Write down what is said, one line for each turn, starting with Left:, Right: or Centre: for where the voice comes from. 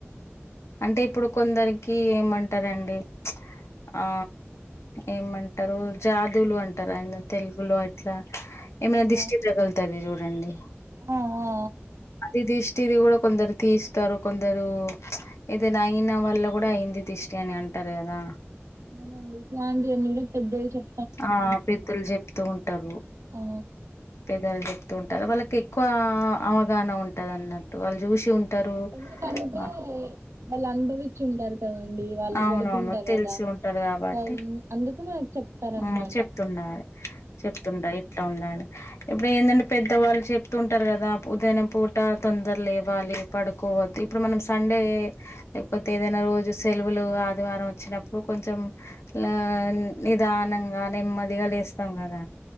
Left: అంటే ఇప్పుడు కొందరికి ఏమంటారు అండి ఆ ఏమంటారు జాదువులు అంటారు ఆయన తెలుగులో ఇట్లా ఏమైనా
Right: ఆ
Left: దిష్టి తగులుతంది చూడండి
Right: ఆ ఆ ఆ.
Left: అది దిష్టిది కూడా కొందరు తీస్తారు కొందరు ఏదైనా అయినవాళ్ళ గుడా అయింది దిష్టి అని అంటారు కదా
Right: అవునండి ఇట్లాంటివన్నీ కూడా పెద్దొళ్ళు చెప్
Left: ఆ పెద్దలు చెప్తూ ఉంటారు
Right: ఆ
Left: పెద్దలు చెప్త ంటారు వాళ్ళకి ఎక్కువ అవగాహన ఉంటంది అన్నట్టు వాళ్ళు చూసి ఉంటారు
Right: ఎందుకుంటే
Left: ఆ!
Right: వాళ్ళు అనుభవిచి ఉంటాారు కద వాళ్ళు
Left: అవునవును
Right: గడిపుంటర్
Left: తెలిసి
Right: కదా
Left: ఉంటారు కాబట్టి
Right: టైమ్ అందుకునే వచ్చి చెప్తారనమాట
Left: మ్ చెప్తున్నారు చెప్తుంటారు ఇట్లా ఉండాడి ఇప్పుడు ఏందంటే పెద్దవాళ్ళు చెప్తుంటారు గాదా ఉదయం పూట తొందర లేవ్వాలి పడుకో ఇప్పుడు మనం సండే లేకపోతే ఏదైనా రోజు. సెలవులు ఆదివారం వచ్చినప్పుడు కొంచెం ల నిదానంగా నెమ్మదిగా లేస్. లేస్తం కదా.